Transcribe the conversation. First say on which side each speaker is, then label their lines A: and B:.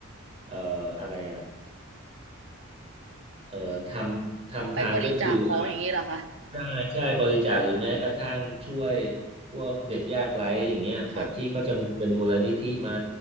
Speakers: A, on the right; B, on the right.
A: เอ่ออะไรอ่ะ เอ่อทำทำทานก็คือว่า
B: ไปบริจาคของอย่างนี้เหรอคะ
A: ใช่ใช่บริจาคหรือแม้กระทั่งช่วยพวกเด็กยากไร้อย่างเงี้ยแบบที่เขาจะมีเป็นมูลนิธิมา
B: ค่ะ